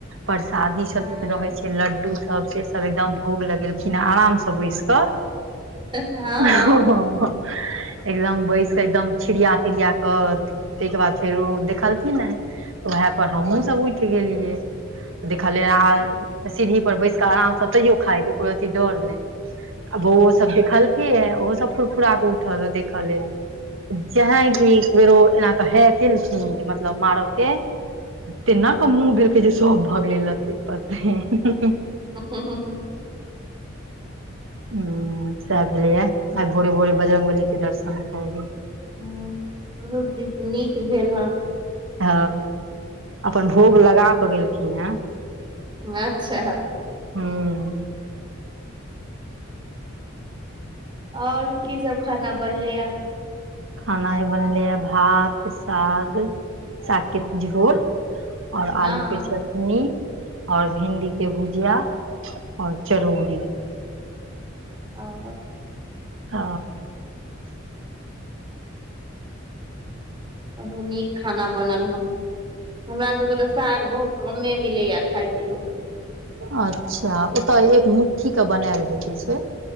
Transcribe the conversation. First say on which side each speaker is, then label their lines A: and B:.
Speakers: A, on the right; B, on the right.
A: परसादी सब
B: हँ
A: रहै छै, लड्डू सब से सब एकदम भोग लगेलखिन्ह आराम से बैस क
B: हँ
A: हां-हां-हां। एकदम बैस कै एकदम छिड़िया-तिड़िया क द तै के बाद फेर ओ देखलखिन्ह हें, उहै पर हम्हुॅं सब उठ गेलियै। देखलियै आ सीढ़ी पर बैस कै आराम से तैयो खाएत एकोरती डर नै। आ बउवो सब देखलकै हें ओहो सब फुरफुरा क उठल देखा लेल। जेहना कि एक बेर ओ एना कै हें केलखिन्ह मतलब मारऽ के तेना कऽ मुँह बेलकै जे सब भगलै लत्ते-पत्ते
B: हू हू हूँ हूँ
A: हुं सैह भेलै यै आइ भोरे-भोरे बजरंग बली के दर्शन भऽ गेल।
B: हां बहुत दि नीक भेल हें।
A: ह अपन भोग लगा कऽ गेलखिन हे।
B: अच्छा।
A: हूँ
B: आओर की सब खाना बनले ये।
A: खानाय बनलै हे भात साग सागके झोर। आओर
B: हँ
A: आलू के चटनी आओर भिंडी के भुजिया आओर चरौरी।
B: अ
A: अ
B: बड नीक खाना बनल हन हमरा सबके तऽ साग बहुत। कमे मिलैये खायके ले।
A: अच्छा ओतय एक मुट्ठी के बनायल भेटैत छैय।